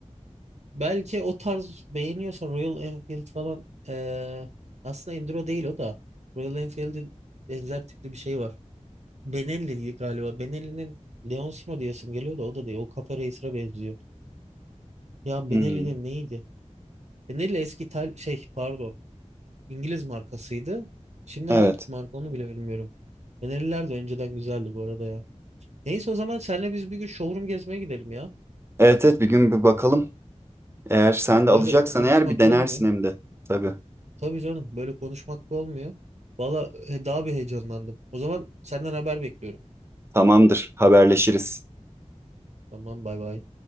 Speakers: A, on the right; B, on the right.
A: belki o tarz beğeniyorsan Royal Enfield falan eee, aslında Enduro değil o da. Royal Enfield'in benzer tipli bir şey var. Benelli diye galiba. Benelli'nin Leoncino diyesim geliyor da o da değil. O Cafe Racer'a benziyor. Ya
B: Hmm,
A: Benelli'nin neydi? Benelli eski İtal şey pardon İngiliz markasıydı. Şimdi
B: evet.
A: hangi marka onu bile bilmiyorum. Benelliler de önceden güzeldi bu arada ya. Neyse o zaman senle biz bir gün showroom gezmeye gidelim ya.
B: Evet evet bir gün bir bakalım. Eğer sen
A: E,
B: de
A: Böyle
B: alacaksan
A: konuşmakla
B: eğer bir denersin
A: olmuyor.
B: hem de. Tabii.
A: Tabii canım böyle konuşmakla olmuyor. Valla e, daha bir heyecanlandım. O zaman senden haber bekliyorum.
B: Tamamdır. Haberleşiriz.
A: Tamam bay bay.